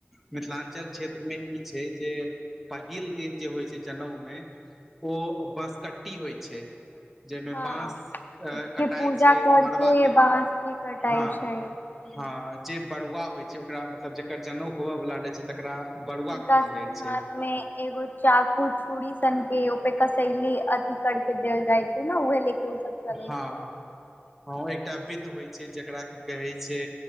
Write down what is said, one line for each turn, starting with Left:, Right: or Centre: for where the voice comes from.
Centre: मिथिलाञ्चल क्षेत्रमे ई छै जे पहिल दिन जे होइ छै जनउ मे, ओ बसकट्टी होइ छै। जाहिमे
Left: हँ
Centre: बाँस अ कटाइ
Left: के पूजा
Centre: छै,
Left: करके
Centre: मरबा के लेल,
Left: बाँस भी कटाइ
Centre: हँ।
Left: छै
Centre: हँ जे बरुआ होइ छै, ओकरा मतलब जकर जनेउ होवए वालला रहै छै, तकरा बड़ुआ
Left: हिनका
Centre: कहल
Left: सब
Centre: जाइ
Left: के
Centre: छै
Left: हाथ में एगो चाकू, छूड़ी, सन के ओपे क कशैली, अति कर के देल जाइ छै ने, उहे ले के सब चलै
Centre: हँ-
Left: छथिन
Centre: हँ, एकटा विध होइ छै, जेकरा की कहै छै